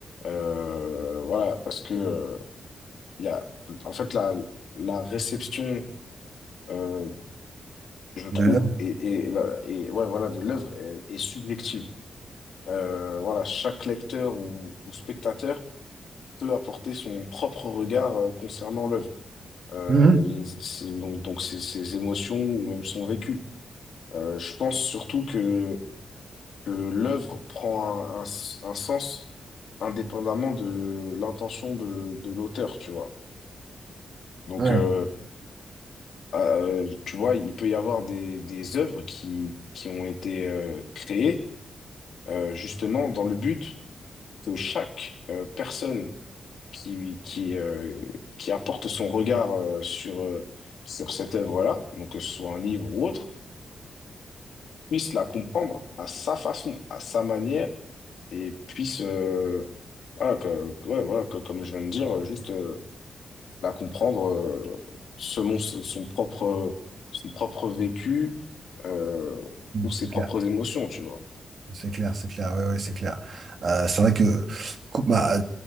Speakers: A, on the left (about 65°); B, on the right (about 50°).
A: Euh, voilà, parce que euh, il y a, en fait, la, la réception euh, je trouve,
B: De là-
A: et, et, la- et ouais, voilà, de l'œuvre est, est subjective. Euh, voilà, chaque lecteur ou, ou spectateur peut apporter son propre regard euh, concernant l'œuvre, Euh,
B: Mhm.
A: les- ses- donc, donc ses, ses émotions ou même son vécu. Euh, je pense surtout que, que l'œuvre prend un, un s- un sens indépendamment de l'intention de, de l'auteur, tu vois. Donc,
B: Ouais,
A: euh, euh, tu vois, il peut y avoir des, des œuvres qui, qui ont été euh, créées euh, justement dans le but que chaque euh, personne qui, qui, euh, qui apporte son regard euh, sur, euh, sur cette œuvre-là, donc que ce soit un livre ou autre, puisse la comprendre à sa façon, à sa manière, et puisse, euh, voilà, que, que- ouais, voilà, que, comme je viens de dire, juste euh, la comprendre euh, selon ce- son propre, son propre vécu euh, ou ses
B: c'est
A: propres
B: clair,
A: émotions, tu vois.
B: c'est clair, c'est clair, ouais, ouais, c'est clair. Euh, c'est vrai que co- bah,